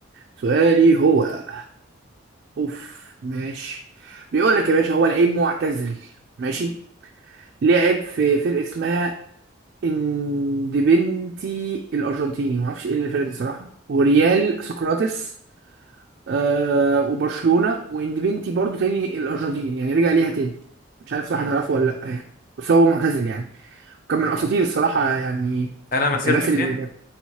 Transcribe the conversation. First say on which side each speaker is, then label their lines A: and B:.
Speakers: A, on the right; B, on the left.
A: سؤالي هو اوف ماشي بيقول لك يا باشا هو لعيب معتزل ماشي لعب في فرقه اسمها اندبنتي الارجنتيني ما اعرفش ايه الفرقه دي صراحه وريال سقراطس آه وبرشلونه واندبنتي برضو تاني الارجنتين يعني رجع ليها تاني مش عارف صح
B: مم.
A: هتعرفه ولا لا يعني بس هو معتزل يعني وكان من اساطير الصراحه يعني
B: انا مسيرته
A: الناس
B: فين
A: اللي